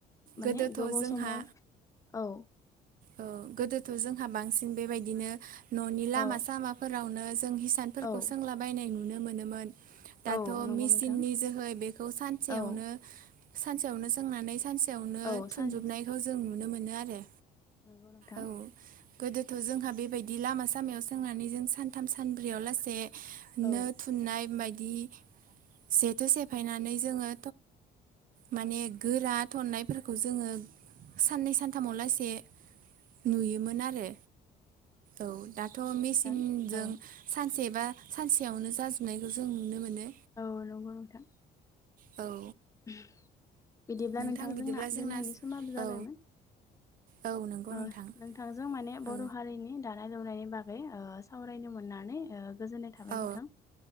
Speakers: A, on the left; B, on the right.
A: माने
B: गोदोथ'
A: गोबाव
B: जोंहा
A: समाव औ
B: औ गोदोथ' जोंहा बांसिन बेबायदिनो न'नि लामा
A: औ
B: सामाफोरावनो जों हिसान फोरखौ
A: औ
B: सोंलाबायनाय नुनो मोनोमोन। दाथ'
A: औ नंगौ
B: मेचननि
A: नोंथां
B: जोहै बेखौ सानसेयावनो
A: औ
B: सानसेयावनो सोंनानै सानसे फिथायावनो
A: औ
B: थुनजुबनायखौ
A: सान
B: जों नुनो मोनो आरो
A: नोंगौना।
B: औ गोदोथ' जोंहा बेबायदि लामा सामायाव सोंनानै जों सानथाम सानब्रैयाव लाससे
A: औ
B: नो थुननाय बायदि जेथो सेफायनानै जोङो माने गोरा थननायफोरखौ जोङो साननै सानथामाव लासे नुयोमोन आरो औ दाथ'
A: नंगौ
B: मेचिनजों
A: नोंथां औ
B: सानसे बा सानसेयावनो जाजोबनायखौ जों नुनो मोनो।
A: औ नंगौ नोंथां।
B: औ
A: अह बिदिब्ला
B: नोंथां
A: नोंथांजोंना
B: बिदिब्ला जोंना
A: दोननायनि समाबो जाबायमोन।
B: औ औ नंगौ
A: ओ
B: नोंथां
A: नोंथांजों माने बर'
B: औ
A: हारिनि दानाय लुनायनि बागै ओ सावरायनो मोननानै ओ गोजोननाय थाबाय
B: औ
A: नोंथां।